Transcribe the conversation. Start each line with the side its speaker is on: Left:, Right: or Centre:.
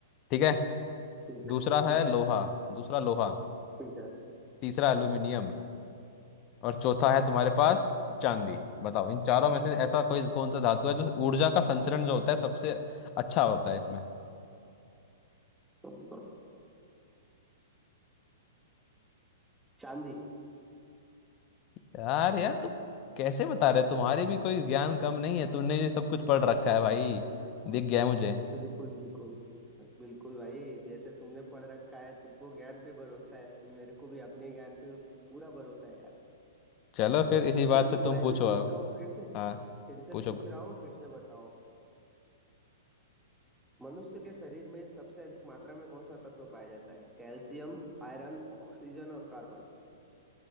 Left: ठीक है
Centre: ठीक
Left: दूसरा
Centre: है ठीक
Left: है
Centre: है
Left: लोहा दूसरा लोहा
Centre: ठीक है
Left: तीसरा एल्यूमिनियम और चौथा है तुम्हारे पास चांदी बताओ इन चारों में से ऐसा कोई कौन सा धातु है जो ऊर्जा का संचरण जो होता है सबसे अच्छा होता है इसमें
Centre: हम्म चांदी
Left: यार यार तू कैसे बता रहे तुम्हारी भी कोई ज्ञान कम नहीं है तुमने ये सब कुछ पढ़ रखा है भाई दिख गया है मुझे
Centre: बिल्कुल बिल्कुल बिल्कुल भाई जैसे तुमने पढ़ रखा है तुमको ज्ञान पे भरोसा है मेरे को भी अपने ज्ञान पे पूरा भरोसा है यार
Left: चलो फिर इसी बात
Centre: चलो
Left: पे तुम
Centre: मैं
Left: पूछो
Centre: भी पूछता
Left: अब
Centre: हूँ फिर से
Left: हाँ
Centre: फिर से
Left: पूछो
Centre: पूछ रहा हूँ फिर से बताओ मनुष्य के शरीर में सबसे अधिक मात्रा में कौन सा तत्व पाया जाता है कैल्शियम आयरन ऑक्सीजन और कार्बन